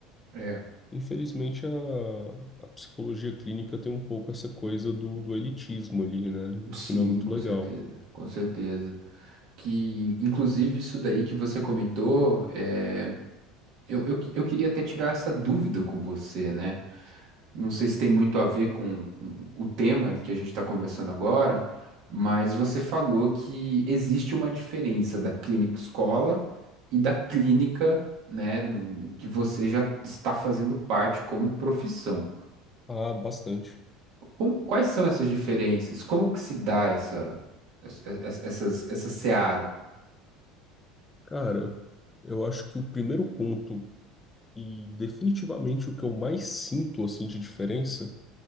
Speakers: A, on the right; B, on the left.
A: É,
B: Infelizmente, a, a psicologia clínica tem um pouco essa coisa do, do elitismo ali, né?
A: sim,
B: Que não é muito
A: com
B: legal.
A: certeza, com certeza. Que, inclusive, isso daí que você comentou, é. Eu, eu, eu queria até tirar essa dúvida com você, né? Não sei se tem muito a ver com, com o tema que a gente está conversando agora, mas você falou que existe uma diferença da clínica escola e da clínica, né, num- que você já está fazendo parte como profissão.
B: Ah, bastante.
A: Como- quais são essas diferenças? Como que se dá essa, essa, essa, essas- essa seara?
B: Cara, eu acho que o primeiro ponto, e definitivamente o que eu mais sinto, assim, de diferença,